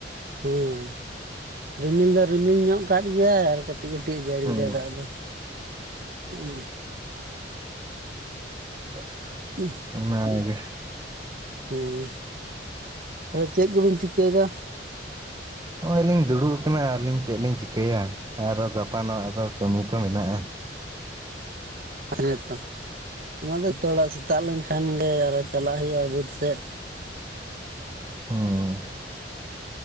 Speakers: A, on the right (about 50°); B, on the right (about 20°).
A: ᱦᱩᱸ, ᱨᱤᱢᱤᱞ ᱫᱚ ᱨᱤᱢᱤᱞ ᱧᱚᱜ ᱠᱟᱫ ᱜᱮᱭᱟᱭ ᱟᱨ ᱠᱟ ᱠᱟᱹᱴᱤᱡ ᱠᱟᱹᱴᱤᱡ ᱡᱟᱹᱲᱤᱭᱮᱫᱟ
B: ᱦᱩᱸ
A: ᱫᱟᱜ ᱫᱚ ᱩᱸ
B: <inaudible>
A: <unintelligible>
B: ᱚᱱᱟᱜᱮ
A: ᱦᱩᱸ ᱟᱫᱚ ᱪᱮᱫ ᱠᱚ ᱵᱤᱱ ᱪᱤᱠᱟᱹᱭ ᱫᱟ
B: ᱱᱚᱜᱼᱚᱭ ᱞᱤᱧ ᱫᱩᱲᱩᱵ ᱟᱠᱟᱱᱟ ᱟᱨ ᱞᱤᱧ ᱪᱮᱫ ᱞᱤᱧ ᱪᱤᱠᱟᱹᱭᱟ ᱟᱨᱚ ᱜᱟᱯᱟᱱᱚᱜ ᱟᱫᱚ ᱠᱟᱹᱢᱤ ᱠᱚ ᱢᱮᱱᱟᱜᱼᱟ
A: ᱦᱮᱸᱛᱚ ᱚᱱᱟ ᱜᱮᱛᱚ ᱦᱚᱲᱟᱜ ᱥᱮᱛᱟᱜ ᱞᱮᱱᱠᱷᱟᱱ ᱜᱮ ᱟᱨᱚ ᱪᱟᱞᱟᱜ ᱦᱩᱭᱩᱜ-ᱟ ᱵᱟᱹᱫᱽ ᱥᱮᱫ
B: <unintelligible>